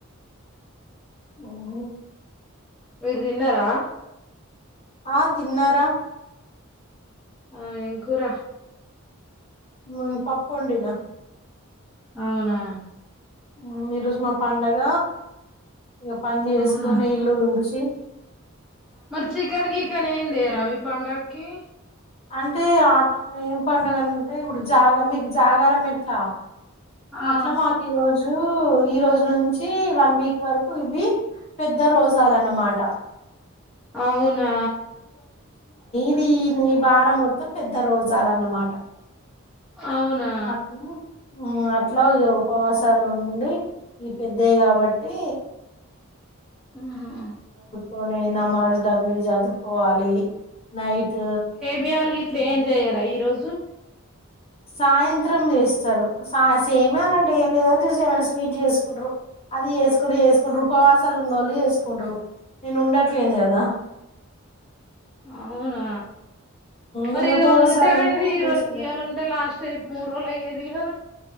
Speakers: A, on the left; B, in the centre.
A: ఊ ఊ
B: మీరు తిన్నారా
A: ఆ తిన్నారా
B: ఆ ఏం కూర
A: ఊ పప్పొండినా
B: అవునా
A: ఊ ఈ రోజు మా పండగ ఇగ పని చేసుకొని
B: అవునా
A: ఇల్లు దుడిషి
B: మరి చికెన్ కికెన్ ఏంది రవి పండాగకిి
A: అంటే అ ఏం పండుగ అంటే ఇప్పుడు జాగ మీకు జాగారం ఎట్లా
B: ఆ
A: అట్లా మాకు ఈ రోజు ఈ రోజు నుంచి వన్ వీక్ వరకు ఇవి పెద్ద రోజాలన్నమాట
B: అవునా
A: అ ఈ వారం మొత్తం పెద్ద రోజాలన్నమాట
B: అవునా
A: అట్లా అట్లా ఉపవాసాలు ఉండి ఈ పెద్దవి కాబట్టి
B: ఆహా
A: కొనే నమాజు లు అవి చదువుకోవాలి నైట్
B: మీ ఆల్గు ఇలే జయ్యరా ఈరోజు
A: సాయంత్రం చేస్తారు సా సేమే అలాంటే ఏం లేదని చూసి ఏమైనా స్వీట్ చేసుకుంటారు అది చేసుకుంటూ చేసుకుంటారు ఉపవాసాలు ఉండ వాళ్ళు చేసుకుంట్రారు నేను ఉండట్లేను కదా
B: అవునా మరి
A: నేను
B: ఈ
A: ఉపవాసాలు
B: రోజు ఉంటే అంది
A: నేను
B: ఈరో
A: చేసేద
B: ఇయర్ ఉంటే లాస్ట్ అయిపో మూరు రోలయేది కదా